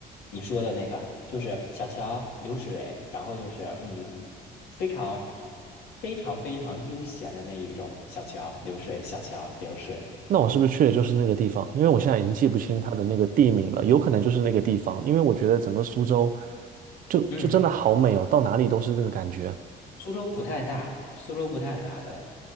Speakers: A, on the left (about 80°); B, on the right (about 55°).
A: 你说的那个，就是小桥流水，然后就是嗯，非常非常非常悠闲的那一种小桥流水，小桥流水。
B: 那我是不是去的就是那个地方？因为我现在已经记不清它的那个地名了，有可能就是那个地方，因为我觉得整个苏州就就真的好美哦，
A: 嗯，
B: 到哪里都是那个感觉。
A: 苏州不太大，苏州不太大的。